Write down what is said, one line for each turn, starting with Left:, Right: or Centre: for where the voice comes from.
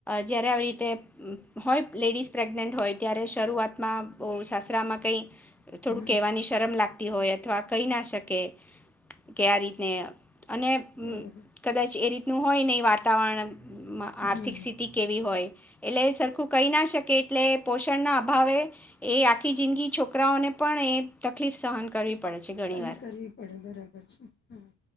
Centre: જયારે આવી રીતે હોય. લેડીઝ પ્રેગ્નેન્ટ હોય ત્યારે શરૂઆતમાં બહ શસત્રમાં કંઈ થોડું
Left: હમ
Centre: કહેવાની શરમ લાગતી. હોય અથવા કહી ના શકે. કે આ રીતને અને
Left: બરાબર
Centre: કદાચ એ રીતનું હોય નહીં. વાતાવરણ આર્થિક
Left: હમ
Centre: સ્થિતિ કેવી હોય. એટલે સરખું કહી ના શકે એટલે પોષણ ના અભાવે. એ આખી જિંદગી છોકરાઓને પણ એ તકલીફ સહન કરવી. પડે છે ઘણીવાર
Left: કરી કરવી પડે બરાબર છે. હા.